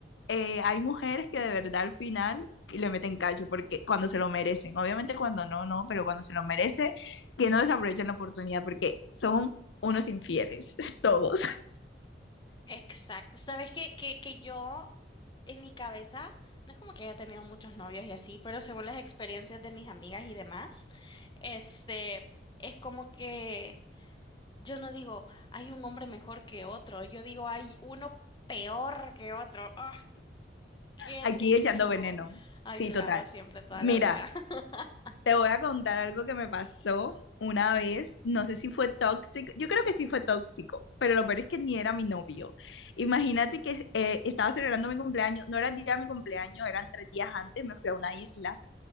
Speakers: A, on the left; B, on the left.
A: eh, hay mujeres que de verdad al final le meten cacho porque cuando se lo merecen, obviamente cuando no, no, pero cuando se lo merece, que no desaprovechen la oportunidad porque son unos infieles, <laughs> todos,
B: Exacto. Sabes que, que, que yo en mi cabeza, no es como que haya tenido muchos novios y así, pero según las experiencias de mis amigas y demás, este, es como que yo no digo, hay un hombre mejor que otro, yo digo, hay uno peor que otro. Ah, ¿qué
A: aquí
B: te
A: echando
B: digo?
A: veneno.
B: Ay,
A: Sí,
B: claro,
A: total.
B: siempre, toda
A: Mira,
B: la vida. <laughs>
A: te voy a contar algo que me pasó una vez, no sé si fue tóxico, yo creo que sí fue tóxico, pero lo peor es que ni era mi novio. Imagínate que eh, estaba celebrando mi cumpleaños, no era el día de mi cumpleaños, eran tres días antes, me fui a una isla